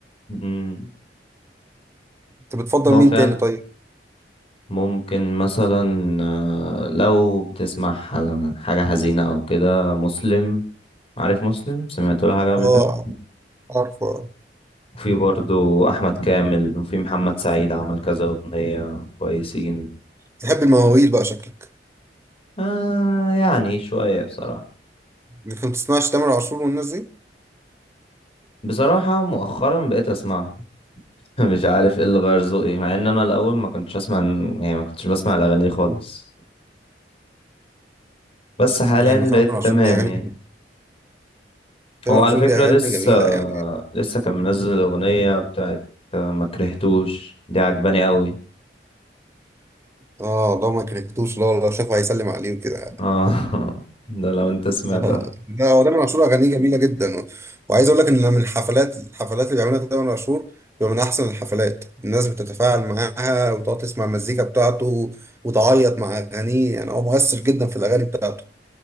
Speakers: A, on the left; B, on the right.
A: مم.
B: انت بتفضل
A: هو
B: مين
A: فعلا
B: تاني طيب
A: ممكن مثلا آه، لو بتسمع ح- حاجه حزينه او كده مسلم عارف مسلم سمعت له حاجه قبل
B: اه
A: كده
B: عارفه
A: وفي برضو أحمد كامل وفي محمد سعيد عمل كذا أغنية كويسين
B: تحب المواويل بقى شكلك
A: آه يعني شوية بصراحة
B: لكن ما بتسمعش تامر عاشور والناس دي
A: بصراحة مؤخرا بقيت أسمعهم <laughs> مش عارف ايه اللي غير ذوقي مع ان انا الاول ما كنتش اسمع يعني ما كنتش بسمع الاغاني دي خالص بس حاليا
B: يعني تامر
A: بقيت
B: عاشور
A: تمام
B: ليه اغاني
A: يعني
B: جميله تامر
A: هو على
B: عاشور
A: فكرة
B: ليه اغاني
A: لسه
B: جميله يعني
A: لسه كان منزل الاغنية بتاعت آه، ما كرهتوش دي عجباني قوي
B: اه والله ما كرهتوش لا لا شافه هيسلم عليه كده
A: اه <laughs> ده لو انت سمعتها
B: ده <laughs> هو تامر عاشور اغانيه جميله جدا و- وعايز اقول لك ان من الحفلات الحفلات اللي بيعملها تامر عاشور بيبقى من احسن الحفلات الناس بتتفاعل معاها وتقعد تسمع المزيكا بتاعته وتعيط مع اغانيه يعني هو مؤثر جدا في الاغاني بتاعته